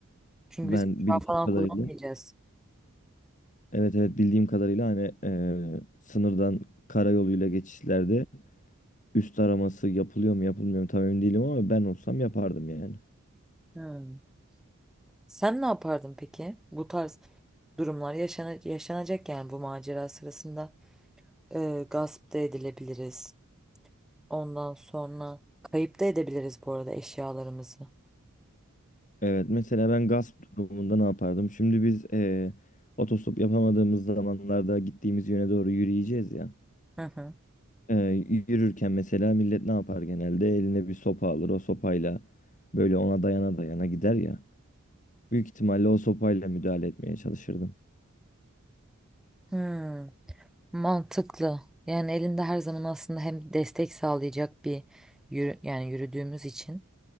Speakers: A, in the centre; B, on the left.
A: Çünkü
B: Ben
A: biz uçağı
B: bildiğim
A: falan
B: kadarıyla
A: kullanmayacağız.
B: evet evet bildiğim kadarıyla hani eee, sınırdan karayoluyla geçişlerde üst araması yapılıyor mu yapılmıyor mu tam emin değilim ama ben olsam yapardım yani.
A: Hmm. Sen ne yapardın peki? Bu tarz durumlar yaşana- yaşanacak yani bu macera sırasında. Ee, gasp da edilebiliriz. Ondan sonra kayıp da edebiliriz bu arada eşyalarımızı.
B: Evet mesela ben gasp durumunda ne yapardım? Şimdi biz eee, otostop yapamadığımız zamanlarda gittiğimiz yöne doğru yürüyeceğiz ya.
A: Hı hı.
B: Eee, yürürken mesela millet ne yapar genelde? Eline bir sopa alır o sopayla böyle ona dayana dayana gider ya. Büyük ihtimalle o sopayla müdahale etmeye çalışırdım.
A: Hmm. Mantıklı. Yani elinde her zaman aslında hem destek sağlayacak bir yürü, yani yürüdüğümüz için